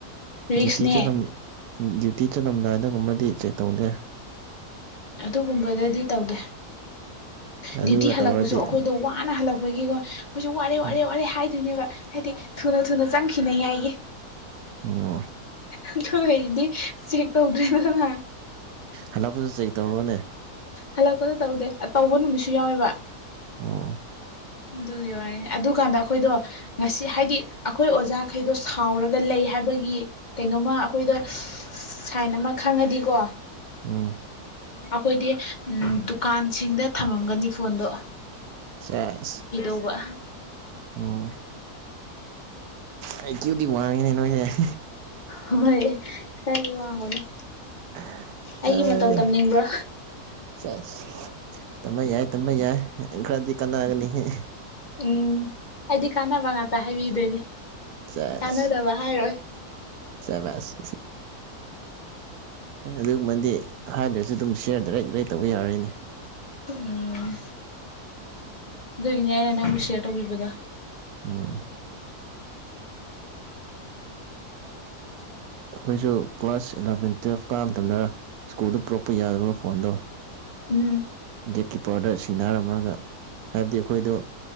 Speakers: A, on the left; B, on the right.
A: ꯔꯤꯛꯁꯅꯦ
B: ꯗ꯭ꯌꯨꯇꯤ ꯆꯠꯂꯝ ꯗ꯭ꯌꯨꯇꯤ ꯆꯠꯂꯝꯗꯥꯏꯗ ꯑꯗꯨꯝꯒꯨꯝꯕꯗꯤ ꯆꯦꯛ ꯇꯧꯗꯦ
A: ꯑꯗꯨꯒꯨꯝꯕꯗꯗꯤ ꯇꯧꯗꯦ
B: ꯑꯗꯨꯒ
A: ꯗ꯭ꯌꯨꯇꯤ ꯍꯜꯂꯛꯄꯁꯨ
B: ꯇꯧꯔꯗꯤ
A: ꯑꯩꯈꯣꯏꯗꯣ ꯋꯥꯅ ꯍꯜꯂꯛ ꯒꯤꯀꯣ ꯑꯩꯈꯣꯏꯁꯨ ꯋꯥꯔꯦ ꯋꯥꯔꯦ
B: ꯎꯝ
A: ꯋꯥꯔꯦ ꯍꯥꯏꯗꯣꯏꯅꯦꯕ ꯍꯥꯏꯗꯤ ꯊꯨꯅ ꯊꯨꯅ ꯆꯪꯈꯤꯅꯤꯉꯥꯏꯒꯤ
B: ꯑꯣ
A: ꯑꯗꯨ ꯑꯣꯏꯔꯗꯤ ꯆꯦꯛ ꯇꯧꯗ꯭ꯔꯦꯗꯅ
B: ꯍꯜꯂꯛꯄꯗꯁꯨ ꯆꯦꯛ ꯇꯧꯔꯣꯅꯦ
A: ꯍꯜꯂꯛꯄꯗ ꯇꯧꯗꯦ ꯇꯧꯕ ꯅꯨꯃꯤꯠꯁꯨ ꯌꯥꯎꯋꯦꯕ
B: ꯑꯣ
A: ꯑꯗꯨꯒꯤ ꯋꯥꯔꯤꯅꯤ ꯑꯗꯨꯀꯥꯟꯗ ꯑꯩꯈꯣꯏꯗꯣ ꯉꯁꯤ ꯍꯥꯏꯗꯤ ꯑꯩꯈꯣꯏ ꯑꯣꯖꯥꯈꯩꯗꯣ ꯁꯥꯎꯔꯒ ꯂꯩ ꯍꯥꯏꯕꯒꯤ ꯀꯩꯅꯣꯃ ꯑꯩꯈꯣꯏꯗ ꯁꯥꯏꯟ ꯑꯃ ꯈꯪꯉꯗꯤꯀꯣ
B: ꯎꯝ
A: ꯈꯣꯏꯗꯤ ꯗꯨꯀꯥꯟꯁꯤꯡꯗ ꯊꯅꯝꯒꯅꯤ ꯐꯣꯟꯗꯣ
B: ꯁꯦꯁ
A: ꯎꯋꯥ
B: ꯑꯣ ꯊꯦꯀ꯭ꯌꯨ ꯗꯤ ꯋꯥꯡꯉꯤꯅꯦ ꯅꯣꯏꯖꯦ <inaudible>
A: ꯍꯣꯏ ꯈꯔꯗꯤ ꯋꯥꯡꯉꯨꯅꯦ
B: <inaudible>
A: ꯑꯩꯒꯤ
B: ꯑꯩ
A: ꯃꯇꯧ ꯇꯝꯅꯤꯡꯕ꯭ꯔꯣ
B: ꯁꯦꯁ ꯇꯝꯕ ꯌꯥꯏ ꯇꯝꯕ ꯌꯥꯏ ꯈꯔꯗꯤ ꯀꯥꯟꯅꯒꯅꯤꯍꯦ
A: ꯎꯝ ꯑꯩꯗꯤ ꯀꯥꯟꯅꯕ ꯉꯥꯛꯇ ꯍꯥꯏꯕꯤꯗꯣꯏꯅꯦ
B: ꯁꯦꯁ
A: ꯀꯥꯟꯅꯗꯕ ꯍꯥꯏꯔꯣꯏ
B: ꯁꯕꯥꯁ <inaudible> ꯑꯗꯨꯒꯨꯝꯕꯗꯤ ꯍꯥꯏꯗ꯭ꯔꯁꯨ ꯑꯗꯨꯝ ꯁꯤꯌꯔ ꯗꯥꯏꯔꯦꯛ ꯗꯥꯏꯔꯦꯛ ꯇꯧꯕ ꯌꯥꯔꯦꯅꯦ
A: ꯎꯝ ꯑꯗꯨꯒꯤꯅꯦ ꯅꯪꯕꯨ ꯑꯩꯅ ꯁꯤꯌꯔ ꯇꯧꯕꯤꯕꯗꯣ
B: <inaudible> ꯑꯩꯈꯣꯏꯁꯨ ꯀ꯭ꯂꯥꯁ ꯑꯦꯂꯚꯦꯟ ꯇꯨꯋꯦꯞ ꯀꯥꯕ ꯃꯇꯝꯗ ꯁ꯭ꯀꯨꯜꯗ ꯄꯨꯔꯛꯄ ꯌꯥꯗꯕ ꯐꯣꯟꯗꯣ
A: ꯎꯝ
B: ꯒꯦꯠꯀꯤꯞꯄꯔꯗ ꯁꯤꯟꯅꯔꯝꯔꯒ ꯍꯥꯏꯕꯗꯤ ꯑꯩꯈꯣꯏꯗꯣ